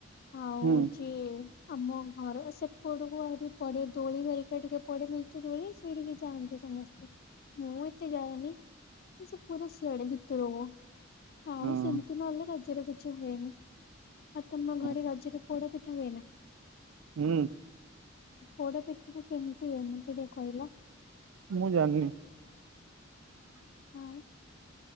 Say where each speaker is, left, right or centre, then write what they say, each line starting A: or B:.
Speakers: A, on the left; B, on the right.
A: ଆଉ
B: ହୁଁ
A: ଯିଏ ଆମ ଘର ସେପଟକୁ ଆହୁରି ପଡେ ଦୋଳି ହେରିକା ଟିକେ ପଡେ ମେ ଚେ ଦୋଳି ସେଇଠିକି ଯାଆନ୍ତି ସମସ୍ତେ ମୁଁ ଏତେ ଯାଏନି। ସେ ପୁରା ସିଆଡ଼େ ଭିତରକୁ। ଆଉ
B: ହଁ
A: ସେମିତି ନହେଲେ ରଜରେ କିଛି ହୁଏନି। ଆଉ ତମ
B: ହଁ
A: ଘରେ ରଜରେ ପୋଡ ପିଠା ହୁଏ ନା?
B: ହୁଁ।
A: ପୋଡ ପିଠା ତ କେମିତି ହୁଏ ମତେ ଟିକେ କହିଲ?
B: ମୁଁ ଜାଣନି?
A: ହଁ।